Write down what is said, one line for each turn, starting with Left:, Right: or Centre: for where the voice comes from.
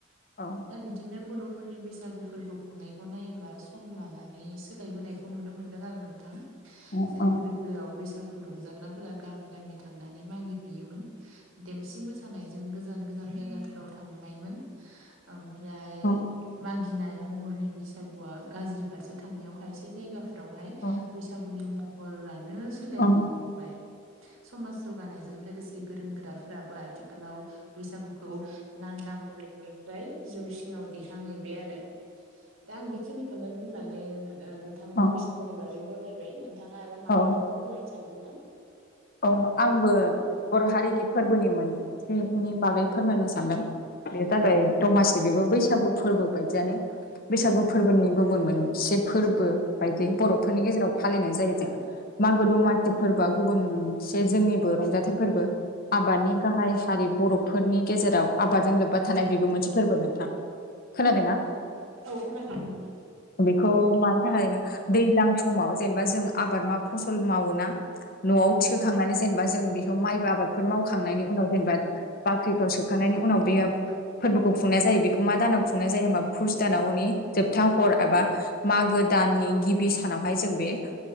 Left: औ
Right: दा बिदिनो बर'फोरनि बैसागु फोरबो खुंनायखौ नायोब्ला सम लानानै सोलायबोनायखौ नुनो मोनदों आरो नोंथां
Left: औ
Right: जेरै
Left: औ
Right: गोदोआव बैस सागु रंजाग्राफोरा गामि गामि थांनानै मागि हैैयोमोन देमसि मोसानायजों गोजान गोजान गोजान जायगाफोराव थांनायमोन। ओमफ्राय
Left: औ
Right: मागिनाय महरनि बैसागुआ गाज्रि फारसे थांनायाव खायसे जायगाफ्रावहाय
Left: औ
Right: बैसागुनि महरानो सोलायलांनो
Left: औ
Right: हमबाय। समाज जौगानायजों लोगोसे गोरों गोराफोराबो आथिखालाव बैसागुखौ लांदां मुलुगनिफ्राय जौ सिङाव दैखांहैबाय आरो। दा आं बेखिनिखौनो बुंनानै नोंथांनो
Left: औ
Right: बैसागुनि बागै बरनायबाय नों थाङा आरो माबाखौ
Left: औ
Right: फोरलायनो सानदों ना?
Left: औ आंबो बर' हारिनि फोरबोनि मोनसेनि बागै फोरमायनो सान सानदों बे जाबाय दमासि बेबो बैसागु फोरबो बायदियनो बैसागु फोरबोनि गुबुन मोनसे फोरबो बायदि बर'फोरनि गेजेराव फालिनाय जायो जों मागो दमासि फोरबोआ गुबुन मोनसे जोंनिबो रंजाथाइ फोरबो आबादनि गाहाय हारि बर'फोरनि गेजेराव आबादजों लोब्बा थानाय बेबो मोनसे फोरबो नोंथां खोनादों ना?
Right: औ खोनादों नोंथां।
Left: बेखौ मानि थाखायनो दैज्लां समाव जेनेबा जों आबाद फसल मावोना न'आव थिखोखांनानै जेनेबा जों बेखौ माइबो आबादफोर मावखांनायनि उनाव जेनेबा बाख्रिफ्राव सोखांनायनि उनाव बेयो फोरबोखौ खुंनाय जायो बेखौ मा दानाव खुंनाय जायो होनबा पुस दानावनि जोबथा हर एबा मागो दाननि गिबि सानावहाय जों बे